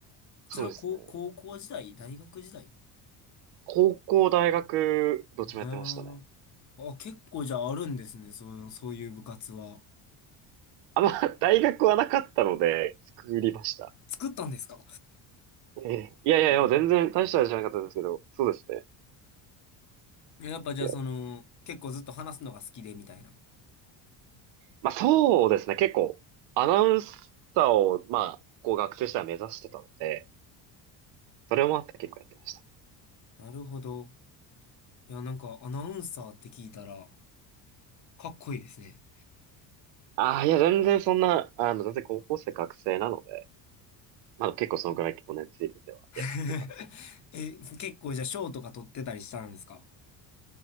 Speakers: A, on the right; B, on the left.
A: そうですね。
B: それは高、高校時代大学時代
A: 高校、大学、どっちもやってましたね。
B: へーあ、結構じゃああるんですね。そう、そういう部活は。
A: あ、まあ、<laughs> 大学はなかったので、作りました。
B: 作ったんですか
A: ええいやいやいや、
B: うん
A: 全然大したあれじゃなかったですけど、そうですね。
B: やっぱじゃあその、
A: いや、
B: 結構ずっと話すのが好きでみたいな。あ
A: まあそうですね、結構、アナウンサーを、まあ、こう学生時代は目指してたので、それもあって結構やってました。
B: なるほど。いや、なんかアナウンサーって聞いたら、かっこいいですね。
A: ああ、いや、全然そんな、あの、全然高校生学生なので、まあ結構そのぐらい結構熱入れてはやってたんです。
B: <laughs> え、結構じゃあ賞とか取ってたりしたんですか